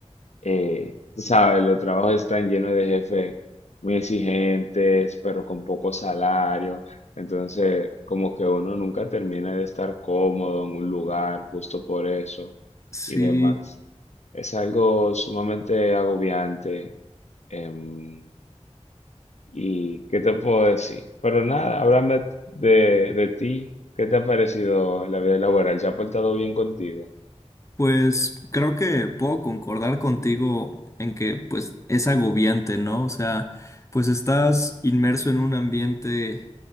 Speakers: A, on the left; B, on the left.
A: eh, tú sabes, los trabajos están llenos de jefes muy exigentes, pero con poco salario. Entonces, como que uno nunca termina de estar cómodo en un lugar justo por eso
B: Sí,
A: y demás. Es algo sumamente agobiante. em, ¿y qué te puedo decir? Pero nada, háblame de, de ti. ¿Qué te ha parecido la vida laboral? ¿Se ha portado bien contigo?
B: pues creo que puedo concordar contigo en que pues es agobiante, ¿no? O sea, pues estás inmerso en un ambiente